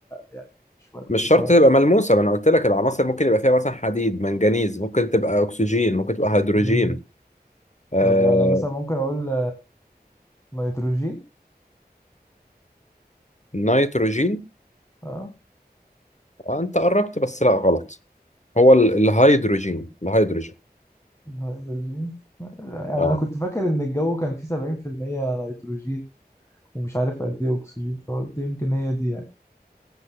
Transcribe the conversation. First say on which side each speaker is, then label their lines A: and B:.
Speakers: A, on the left; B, on the left.
A: يعني مش ملموسة
B: مش شرط
A: ولا
B: تبقى ملموسة ما انا قلت لك العناصر ممكن يبقى فيها مثلا حديد منجنيز ممكن تبقى اكسجين ممكن تبقى هيدروجين
A: مم.
B: آه...
A: طب انا مثلا ممكن اقول نيتروجين
B: نيتروجين
A: اه
B: آه انت قربت بس لا غلط هو ال- الهيدروجين الهيدروجين
A: الهيدروجين يعني
B: اه
A: انا كنت فاكر ان الجو كان فيه 70% نيتروجين ومش عارف قد ايه اكسجين فقلت يمكن هي دي يعني